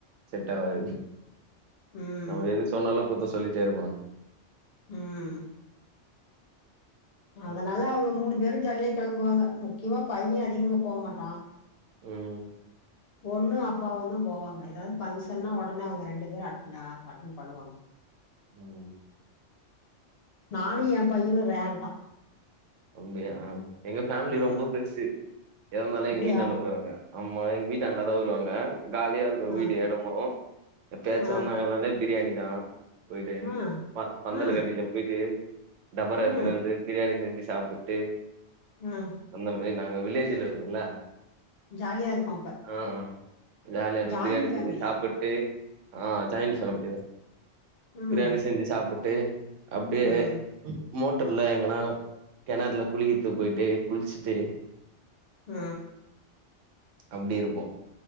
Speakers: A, on the right; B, on the left.
A: செட் ஆவாது
B: ம்
A: நம்ம எது சொன்னாலு குத்தோ சொல்லிட்டே இருப்பாங்க.
B: ம் அதனால
A: ம்
B: அவுங்க மூணு பேரு ஜாலியா கெளம்புவாங்க முக்கியமா பைய அதிகமா போமாட்டா
A: ம்
B: பொண்ணு அப்பாவு தா போவாங்க எதாவது ஃபங்ஷன்னா ஒடனே அவுங்க ரெண்டு பேரு அட் ஆ அட்டெண் பண்ணுவாங்க.
A: ம்
B: நானு எ பையனு ரேர் தா
A: அப்டியா எங்க ஃபேமிலி
B: ம்
A: ரொம்ப பெருசு எதானாலு
B: அப்டியா
A: எங்க வீட்டாண்ட வருவாங்க. ஆமா எங்க வீட்டாண்ட தா வருவாங்க ஜாலியா இரு க்கு வீடு
B: ஆ
A: எடமு எப்பயாச்சு
B: ஆ
A: வந்தாங்கன்னாலே பிரியாணி தா போயிட்டு
B: ஆ
A: ப பந்தலுக்
B: ஆ
A: கடைல போய்ட்டு டபரா
B: ஆ
A: எடுத்துனு வந்து பிரியாணி செஞ்சு சாப்டுட்டு
B: ஆ
A: அந்த மாரி நாங்க வில்லேஜ்ல இருக்கோல்ல
B: ஜாலியா இருக்கு அப்ப
A: ஆ ஜாலியா இருக்கு
B: ஜாயிண்ட்
A: பிரியாணி
B: ஃபேமிலியா
A: செஞ்சு சாப்புட்டு ஆ ஜாயிண்ட் ஃபேமிலி தா
B: ம்
A: பிரியாணி செஞ்சு சாப்புட்டு அப்டியே
B: ம்
A: மோட்டர்ல எங்கன்னா கெணர்ல குளிக்கத்து போயிட்டு குளிச்சுட்டு
B: ஆ
A: அப்டி இருப்போ